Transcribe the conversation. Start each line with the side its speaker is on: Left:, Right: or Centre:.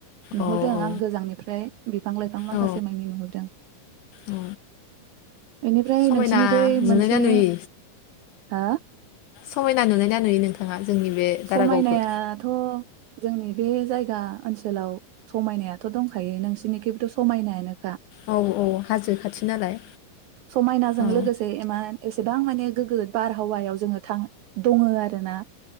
Right: नुहुरदों
Left: औ औ
Right: आं गोजाननिफ्राय बिफां लाइफां माखासे
Left: औ
Right: मानि नुहुरदों
Left: औ
Right: बेनिफ्राय
Left: समायना
Right: नोंसिनिथिं
Left: नुनायना
Right: मोनसे
Left: नुयि
Right: हा?
Left: समायना नुनायना नुयै नोंथाङा जोंनि बे
Right: समायनायाथ'
Left: दारागावखौ
Right: जोंनि बे जायगा ओनसोलाव समायनायाथ' दंखायो नोंसोर बिनिखिबोथ समायनायानो खा
Left: औ औ हाजो खाथि नालाय
Right: समायनाजों
Left: औ
Right: लोगोसे गोबां माने गोगो बारहावायाव जोङो थाङो दङ आरोना